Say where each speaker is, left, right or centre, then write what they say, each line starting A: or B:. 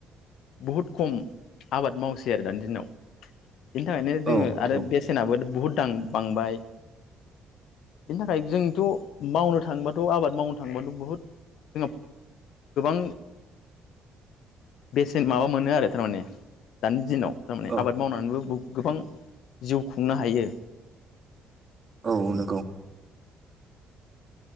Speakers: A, on the left (about 60°); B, on the right (about 35°).
A: बुहुद खम आबाद मावसै आरो दानि दिनाव बिनि थाखायनो जोङो
B: औ नंगौ
A: आरो बेसेनाबो बुहुद दां बांबाय बेनि थाखाय जोंथ' मावनो थांबाथ' आबाद मावनो थांबाथ' बुहुद जोंहा गोबां बेसेन माबा मोनो आरो थार माने दानि दिनाव थारमाने
B: औ
A: आबाद मावनानैबो बु गोबां जिउ खुंनो हायो
B: औ नंगौ